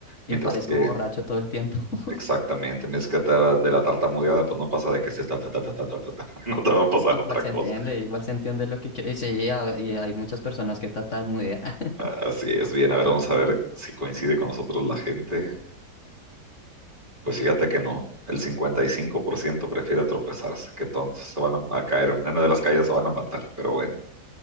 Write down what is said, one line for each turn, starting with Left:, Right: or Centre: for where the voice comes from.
Right: Mientras
Left: Y parezco
Right: que
Left: borracho todo el tiempo. <laughs>
Right: Exactamente, me es que te- de la tartamudeada, pues no pasa de que se está, ta, ta, ta, ta, ta, ta, ta, <laughs> no te va a pasar
Left: Igual
Right: otra
Left: se
Right: cosa.
Left: entiende, igual se entiende lo que quiere. Y sí, a- y hay muchas personas que tatarmudean. <laughs>
Right: Así es, bien, a ver, vamos a ver si coincide con nosotros la gente. Pues fíjate que no, el 55% prefiere tropezarse, qué tontos, se van a, a caer, en una de las caídas se van a matar, pero bueno.